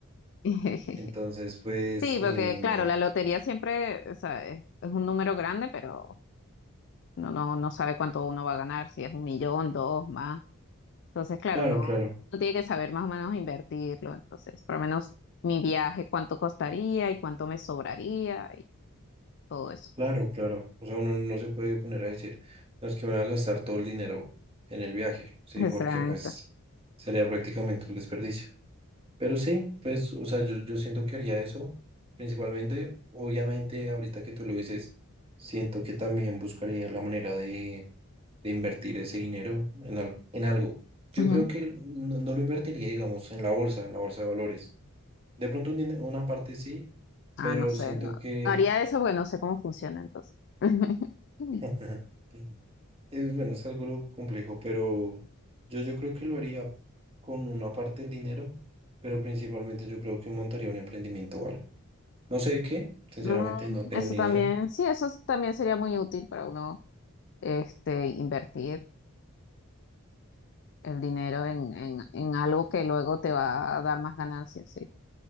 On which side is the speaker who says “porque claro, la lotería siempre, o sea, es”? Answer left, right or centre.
Left